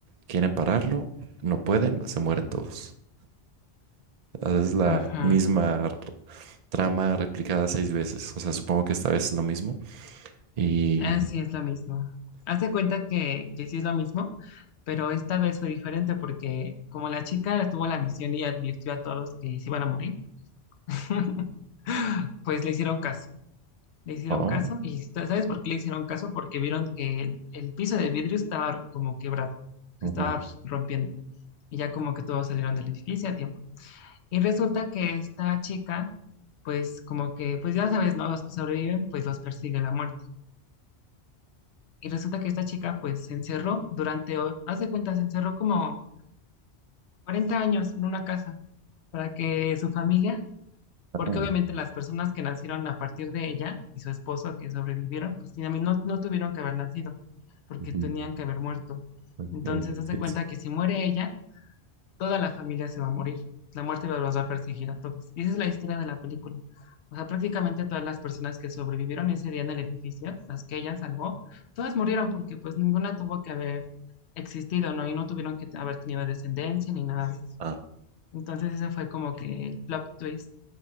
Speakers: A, on the right (about 55°); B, on the left (about 75°).
A: Quieren pararlo, no pueden, se mueren todos. Haces la
B: Ajá,
A: misma r- trama replicada seis veces. O sea, supongo que esta vez es lo mismo. Y...
B: así es lo mismo. Haz de cuenta que, que sí es lo mismo, pero esta vez fue diferente porque como la chica tuvo la visión y advirtió a todos que se iban a morir, <laughs> pues le hicieron caso. Le hicieron
A: Oh,
B: caso y sa- ¿sabes por qué le hicieron caso? Porque vieron que el, el piso de vidrio estaba como quebrado,
A: ujú,
B: se estaba rompiendo y ya como que todos salieron del edificio a tiempo. Y resulta que esta chica, pues como que, pues ya sabes, ¿no? Los que sobreviven, pues los persigue la muerte. Y resulta que esta chica pues se encerró durante, o- haz de cuenta, se encerró como 40 años en una casa para que su familia,
A: ah,
B: porque obviamente las personas que nacieron a partir de ella y su esposo que sobrevivieron, pues también no, no tuvieron que haber nacido, porque
A: ujú,
B: tenían que haber muerto.
A: ok,
B: Entonces, haz de
A: sí,
B: cuenta
A: sí.
B: que si muere ella, toda la familia se va a morir. La muerte los va a perseguir a todos. Y esa es la historia de la película. O sea, prácticamente todas las personas que sobrevivieron ese día en el edificio, las que ella salvó, todas murieron porque pues ninguna tuvo que haber existido, ¿no? Y no tuvieron que haber tenido descendencia ni nada de eso.
A: Ah.
B: Entonces ese fue como que el plot twist